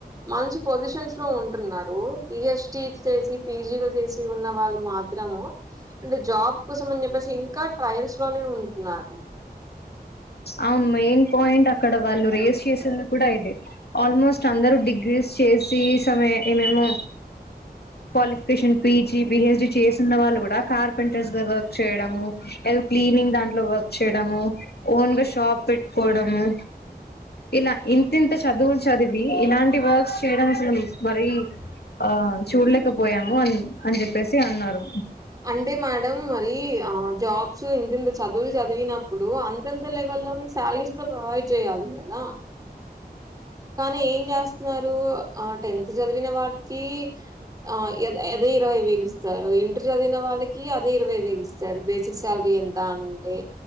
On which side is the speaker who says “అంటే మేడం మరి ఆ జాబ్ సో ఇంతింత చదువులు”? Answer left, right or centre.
Right